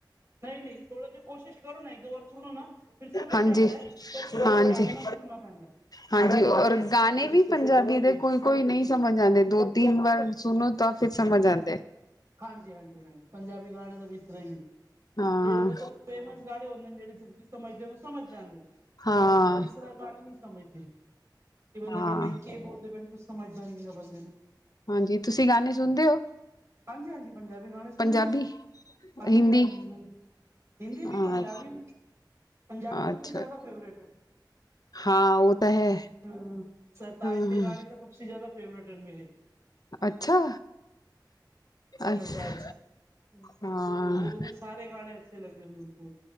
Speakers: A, on the right; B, on the left.
A: ਨਹੀ- ਨਹੀ ਥੋੜ੍ਹਾ ਜਿਹਾ ਕੋਸ਼ਿਸ਼ ਕਰੋ ਨਾ, ਇੱਕ ਦੋ ਵਾਰ ਸੁਣੋ ਨਾ ਫਿਰ ਸਮਝ
B: ਹਾਂਜੀ
A: ਜਾਂਦਾ ਹੈ, ਪਰ ਉਸਨੂੰ ਬਹੁਤ
B: ਹਾਂਜੀ
A: ਧਿਆਨ ਨਾਲ ਸੁਣਨਾ ਪੈਂਦਾ
B: ਹਾਂਜੀ। ਔਰ ਗਾਨੇ ਵੀ, ਪੰਜਾਬੀ ਦੇ ਕੋਈ- ਕੋਈ ਨਹੀ, ਸਮਝ ਆਂਦੇ ਦੋ ਤਿੰਨ ਵਾਰ, ਸੁਣੋ ਤਾਂ ਫੇਰ ਸਮਝ ਆਉਂਦੇ।
A: ਹਾਂਜੀ -ਹਾਂਜੀ- ਹਾਂਜੀ ਪੰਜਾਬੀ ਗਾਣੇ ਦਾ ਵਿ ਇਸ ਤਰਾ ਹੀ ਹੈ
B: ਹਾਂ
A: ਜਿਹੜੇ ਫੇਮਸ ਗਾਨੇ ਹੁੰਦੇ ਨੇ ਜਿਹੜੇ, ਜਲਦੀ ਸਮਝਦੇ ਨੂੰ ਸਮਝ ਜਾਂਦੇ ਨੇ
B: ਹਾਂ
A: ਪਰ ਇਸ ਤਰ੍ਹਾਂ ਗਾਨੇ ਨੀ ਸਮਝਦੇ, ਇਹ ਬੰਦਾ
B: ਹਾਂ
A: ਕਹਿੰਦਾ ਕੀ ਬੋਲਦੇ ਪਏ ਕ ਸਮਝਦਾ ਨੀ ਹੈਗਾ ਬੰਦੇ ਨੂੰ
B: ਹਾਂਜੀ, ਤੁਸੀ ਗਾਨੇ ਸੁਣਦੇ ਹੋ
A: ਹਾਂਜੀ- ਹਾਂਜੀ ਪੰਜਾਬੀ ਗਾਣੇ ਸੁਣੇਆਂ
B: ਪੰਜਾਬੀ
A: ਨਾ, ਹਾਂਜੀ- ਹਾਂਜੀ-
B: ਹਿੰਦੀ
A: ਹਾਂਜੀ ਹਿੰਦੀ ਵੀ,
B: ਅ
A: ਪੰਜਾਬੀ ਵੀ, ਪੰਜਾਬੀ ਸਭ
B: ਅੱਛਾ
A: ਸੇ ਜ਼ਿਆਦਾ ਫੇਵਰੇਟ ਹੈ
B: ਹਾਂ ਉਹ ਤਾਂ ਹੈ
A: ਹਮ, ਸਰਤਾਜ
B: ਹਾਂ
A: ਦੇ ਗਾਣੇ ਤਾਂ ਸਭ ਸੇ ਜ਼ਿਆਦਾ ਫੇਵਰੇਟ ਹਨ ਮੇਰੇ
B: ਅੱਛਾ
A: ਸਰਦਾਰ
B: ਅੱਛਾ
A: ਜੀ,
B: ਹਾਂ
A: ਉਹ ਸਾਰੇ, ਗਾਨੇ ਅੱਛੇ ਲੱਗਦੇ। ਮੇਨੁ ਬਹੁਤ।